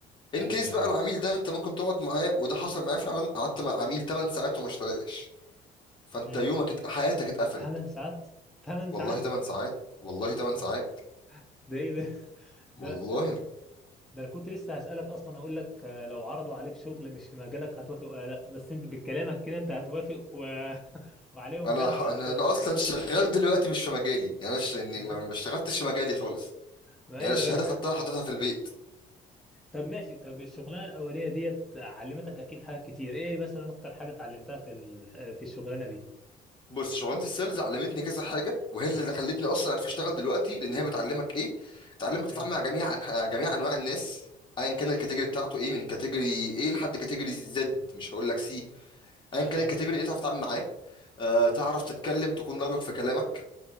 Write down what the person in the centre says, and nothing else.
ايوه
ايوه
امم
8 ساعات 8
ساعات
<laughs>
ده ايه ده ده
ده انا كنت لسه هسألك اصلا اقول لك آه، لو عرضوا عليك شغل مش في مجالك هتوافق ولا لا بس انت بكلامك كده انت هتوافق و... <laughs> وعليهم
جزمة
الشغل
ما-
ما
ايوه
طب ماشي طب الشغلانه الاولانيه ديت علمتك اكيد حاجات كتير ايه مثلا اكتر حاجه اتعلمتها في ال... في الشغلانه دي
مم.
تمام